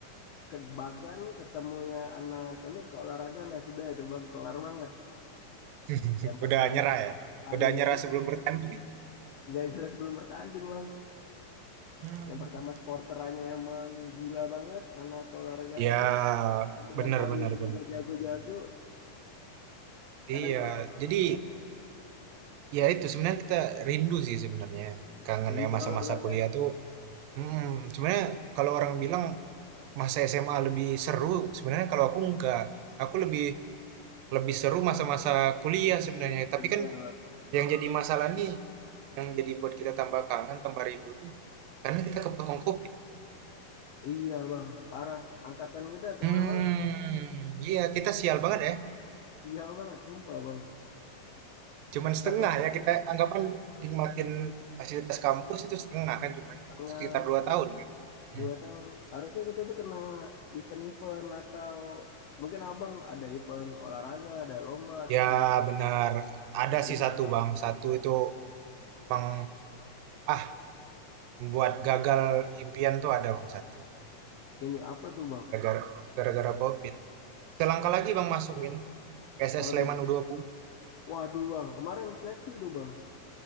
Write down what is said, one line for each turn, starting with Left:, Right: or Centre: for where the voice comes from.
Left: ke Bagan ketemunya anak ini ke olahraga nah sudah itu bang kelar banget
Right: <laughs>
Left: yang pertama
Right: Udah nyerah
Left: sporterannya
Right: ya? Udah nyerah
Left: ini
Right: sebelum bertanding ya?
Left: nggak jelas belum bertanding bang
Right: Hmm.
Left: yang pertama sporterannya emang gila banget anak keolahragaan
Right: Ya,
Left: kedua
Right: benar
Left: mainnya
Right: benar
Left: juga
Right: benar.
Left: jago-jago kadang
Right: Iya,
Left: kalau
Right: jadi
Left: ya,
Right: ya itu sebenarnya kita rindu sih sebenarnya. Kangen
Left: rindu
Right: ya masa-masa
Left: banget bang
Right: kuliah
Left: ya
Right: tuh. Hmm, sebenarnya kalau orang bilang masa SMA lebih seru, sebenarnya kalau aku enggak. Aku lebih Lebih seru masa-masa kuliah sebenarnya, tapi
Left: kuliah
Right: kan
Left: bang
Right: yang jadi masalah nih, yang jadi buat kita tambah kangen, tambah rindu tuh, karena kita kepotong kopi.
Left: iya bang parah angkatan kita kena
Right: Hmm,
Left: banget
Right: iya kita sial banget ya.
Left: sial banget sumpah bang
Right: Cuman setengah
Left: Eh,
Right: ya kita anggapan nikmatin fasilitas kampus itu setengah kan cuma
Left: tengah
Right: sekitar dua tahun kan. Mhm.
Left: Dua tahun. Harusnya kita tuh kena event-event atau mungkin abang ada event olahraga, ada lomba atau
Right: Ya
Left: semacam.
Right: benar, ada
Left: Jadi
Right: sih satu
Left: tuh pasti.
Right: bang, satu itu emang ah membuat gagal impian tuh ada bang satu,
Left: Ini apa tuh bang?
Right: gara-gara gara-gara COVID. Selangkah lagi bang masuk ini. PSS
Left: Waduh,
Right: Sleman U20.
Left: waduh bang. Kemarin seleksi tuh bang.